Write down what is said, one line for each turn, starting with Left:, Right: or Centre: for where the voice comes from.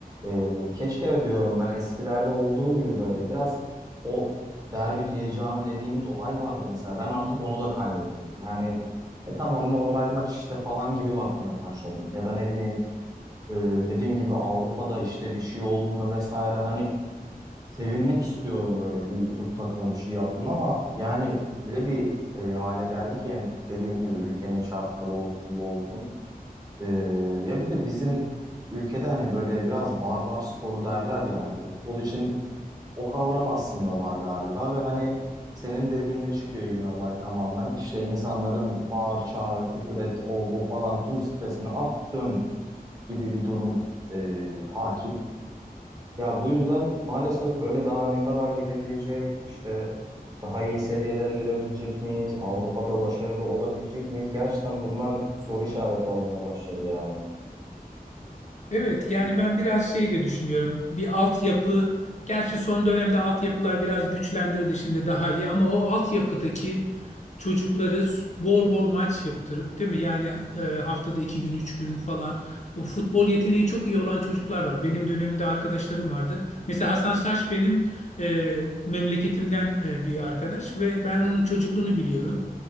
Right: e, keşke diyorum ben eskilerde olduğu gibi böyle biraz o derbi heyecanı dediğimiz olay vardı mesela ben artık onu da kaybettim yani e, tamam normal maç işte falan gibi bakmaya başladım ya da ne bileyim e, dediğim gibi Avrupa'da işte bir şey olduğunda vesaire hani sevinmek istiyorum böyle bir Türk takımı bir şey yaptın ama yani öyle bir e, hale geldi ki yani dediğin gibi ülkenin şartları olsun bu olsun. E, ya bir de bizim ülkede hani böyle biraz barbar sporu derler ya hani futbol için o kavram aslında var galiba ve hani senin dediğine çıkıyor yine olay tamamen. İşte insanların bağır çağır küfür et o bu falan tüm stresini at dön gibi bir durum e, hakim. Ya bu yüzden maalesef böyle daha ne kadar gidebilecek, işte daha iyi seviyelere gelebilecek miyiz, Avrupa'da başarılı olabilecek miyiz? Gerçekten bunlar soru işareti olmaya başladı yani.
Left: Evet yani ben biraz şey de düşünüyorum. Bir altyapı Gerçi son dönemde altyapılar biraz güçlendirildi şimdi daha iyi ama o altyapıdaki çocukları bol bol maç yaptırıp değil mi? Yani e, haftada iki gün, üç gün falan. O futbol yeteneği çok iyi olan çocuklar var. Benim dönemimde arkadaşlarım vardı. Mesela Hasan Saç benim e, memleketimden e, bir arkadaş ve ben onun çocukluğunu biliyorum.